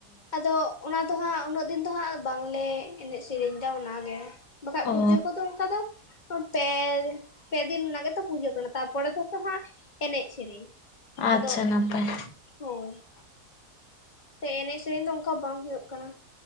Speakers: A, on the left; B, on the left.
A: ᱟᱫᱚ ᱚᱱᱟ ᱫᱚ ᱦᱟᱸᱜ ᱩᱱᱟᱹᱜ ᱫᱤᱱ ᱫᱚ ᱦᱟᱸᱜ ᱵᱟᱝᱞᱮ ᱮᱱᱮᱡ ᱥᱮᱨᱮᱧ ᱮᱫᱟ ᱚᱱᱟ ᱜᱮ ᱵᱟᱠᱷᱟᱡ ᱯᱩᱡᱟᱹ
B: ᱚ
A: ᱠᱚᱫᱚ ᱚᱱᱠᱟ ᱫᱚ ᱯᱮ, ᱯᱮ ᱫᱤᱱ ᱨᱮᱱᱟᱜ ᱜᱮᱛᱚ ᱯᱩᱡᱟᱹ ᱠᱟᱱᱟ ᱛᱟᱨᱯᱚᱨᱮ ᱫᱚᱛᱚ ᱦᱟᱸᱜ ᱮᱱᱮᱡ ᱥᱮᱨᱮᱧ
B: ᱟᱪᱪᱷᱟ
A: ᱟᱫᱚ
B: ᱱᱟᱯᱟᱭ
A: ᱦᱳᱭ ᱮᱱᱮ ᱥᱮᱨᱮᱧ ᱫᱚ ᱚᱱᱠᱟ ᱵᱟᱝ ᱦᱩᱭᱩᱜ ᱠᱟᱱᱟ᱾